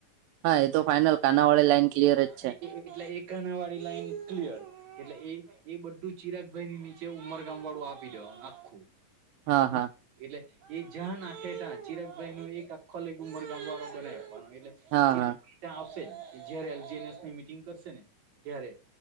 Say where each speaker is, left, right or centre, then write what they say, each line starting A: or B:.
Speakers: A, on the right; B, on the right.
A: હા એ
B: હમજી
A: તો ફાઈનલ
B: ગયા
A: કાનાવાડી લાઈન ક્લિયર જ છે.
B: એટલે એક કાનાવાળી લાઈન ક્લિયર એટલે એ એ બધું ચિરાગભાઈની નીચે ઉમરગામ વાળું આપી દેવાનું આખું
A: હા
B: હમ.
A: હા
B: એટલે એ જા આખે તા ચિરગભાઈ નું એક આખો લ ઉમર ગામવાળો બને આપવાનો એટલે
A: હા
B: ચિરાગભાઈ
A: હા
B: ત્યાં આવશે જ જયારે એલજીનસ મની મિટિંગ કરશે ને ત્યારે